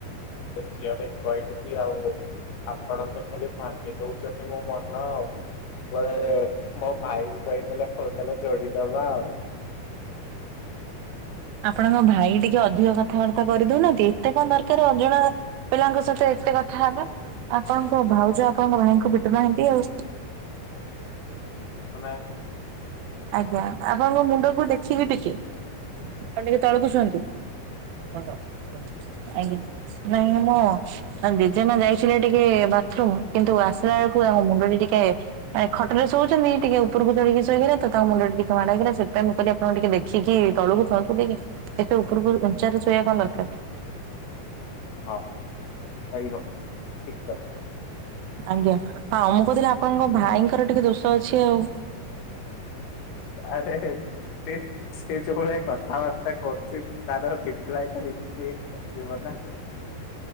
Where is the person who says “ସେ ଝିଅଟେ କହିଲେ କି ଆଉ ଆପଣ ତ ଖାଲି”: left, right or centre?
Left